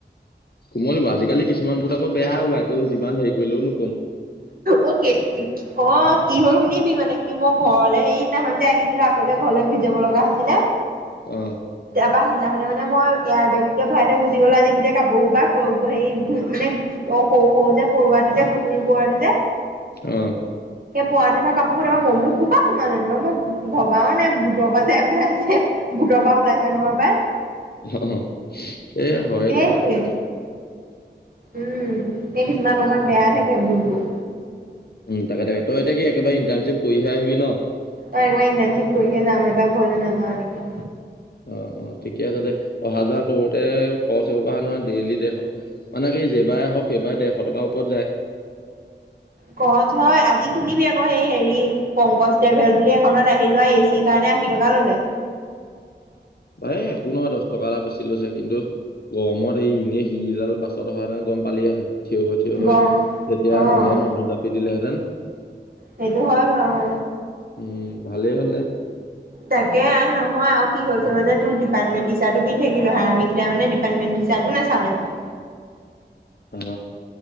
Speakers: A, on the left; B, on the right.
A: কোমলিব আজিকালি কিছুমান বোটত আকৌ বেয়া ওলাই তো যিমান হেৰি কৰিলেও নো।
B: অ, নে অ, কিহ হ'ল শুনিবি মানে কি মোক। ঘৰলে সেইদিনাহন যে আহিছিলো আকৌযে ঘৰলে ঘোৰি জাব লগা হৈছিলে।
A: অ
B: এবাৰ সেইদিনাখনে মানে মই। এয়াৰ বেগটোতে ভৰাই থৈ গুজি গ'লো। আজি গোটেই কাপোৰ সোপা হেৰি মানে অ সৰু সৰু যে পৰুৱাটো যে। শুনিবোৱাৰী।
A: আহ।
B: পৰুৱাটো কাপোৰ কেইটা মই বো কোৰপা সোমাল নেনো, মই ভৰবাও নাই বুটৰ পৰা যোই ওলাই আছে বুটৰ পৰা। ওলাইছে নহয় বাই।
A: অ এ হয়
B: সেইটোৱে
A: কাম।
B: উম। সেই কিছুমান অহাত বেয়া থাকে বুটবোৰ।
A: উম। তাকে তাকে তই এতিয়া কি একেবাৰে ইণ্টাৰ্শ্বিপ কৰিহে আহিবি ন।
B: অ ইনণ্টেটচিপ কৰিহে যাম এবাৰ ঘৰলৈ নাজাও এনেকে।
A: অ, অ ঠিকে আছে দে অহা যোৱা কৰোতে খৰচ হ'ব পৰা হয় নহয় ডেইলি দেৰ। মানে কি যেবাৰে আহক সেইবাৰে ডেৰশ টকাৰ ওপৰত যায়।
B: সহজ হয় আজি শুনিবি আকৌ সেই হেৰি পংকজ ট্ৰেভেল বুলি এখনত আহি লোৱা এ চিৰ কাৰণে আশী টকা ল'লে।
A: বাই একো নহয় দহ টকা এটা বেছি লৈছে কিন্তু। গৰমত এই এনেই সিডাল বাছত অহাহেঁতেন গ'ম পালিহেঁতেন। থিয় হৈ। থিয় হৈ।
B: গ
A: যেতিয়া
B: অ
A: মাজত মানুহ জাপি দিলেহেঁতেন।
B: সেইটো হয় বাৰু।
A: উম ভালেই হ'ল দে
B: তাকে নহয় আৰু কি হ‌। মানে তোৰ ডিপ্টমেণ্ট চাৰ্টিফিকেট থাকিলে হয় আমি কেইটাই ডিপ্টমেণ্ট চাৰট নাচালে মোৰ।
A: অ,